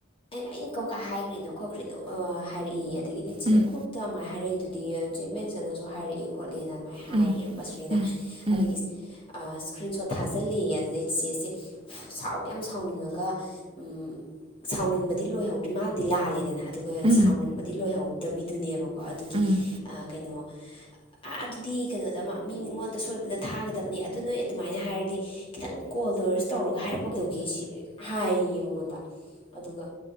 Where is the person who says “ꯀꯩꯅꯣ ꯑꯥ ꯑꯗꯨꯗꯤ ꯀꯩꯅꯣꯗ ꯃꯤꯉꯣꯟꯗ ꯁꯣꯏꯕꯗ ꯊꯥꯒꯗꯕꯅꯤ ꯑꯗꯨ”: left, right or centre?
Left